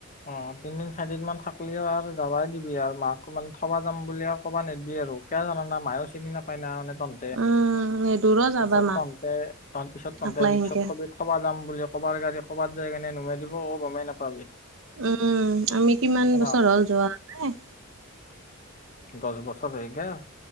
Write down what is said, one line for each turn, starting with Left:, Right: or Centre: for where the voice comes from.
Left: অ তিনদিন চাৰিদিন মান থাকলেও আৰু যাবাই দিবি আৰু মাকো মানে থবা যাম বুলি আৰু ক'বা নিদিবি। আৰু কিয় জানানা মায়েও চিনি নাপায় না মানে তন্তে,
Right: উম নেদুৰো যাবা
Left: পিছত
Right: মাক
Left: তন্তে তন্তে পিছত তহঁতে
Right: আকলাই
Left: ৰিক্সত
Right: সেনকে
Left: কবি কবা যাম বুলি কবাৰ গাড়ী ক'বাত যাই কানে নমাই দিব অ গমেই নাপাবি।
Right: উম আমি কিমান
Left: অ
Right: বছৰ হ'ল যোৱাই‌ নাই,
Left: দহ‌ বছৰ হৈ গ'ল।